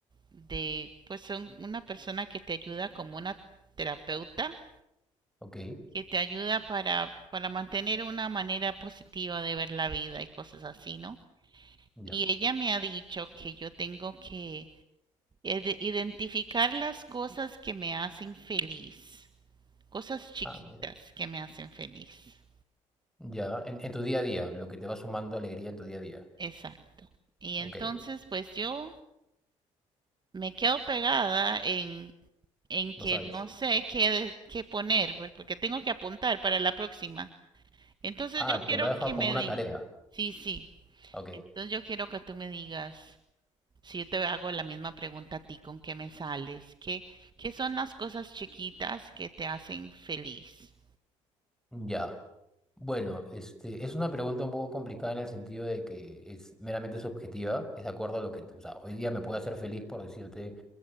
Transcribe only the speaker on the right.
de, pues son una persona que te ayuda como una terapeuta
que te ayuda para, para mantener una manera positiva de ver la vida y cosas así, ¿no?
Y ella me ha dicho que yo tengo que ide- identificar las cosas que me hacen feliz, cosas chiquitas
que me hacen feliz.
Exacto. Y entonces
pues yo me quedo pegada en, en que
no sé qué, de- qué poner, pues, porque tengo que apuntar para la próxima. Entonces
yo quiero
que
me
diga.
Sí, sí.
Entonces yo quiero que tú me digas. Si yo te hago la misma pregunta a ti, ¿con qué me sales? ¿Qué, qué son las cosas chiquitas que te hacen feliz?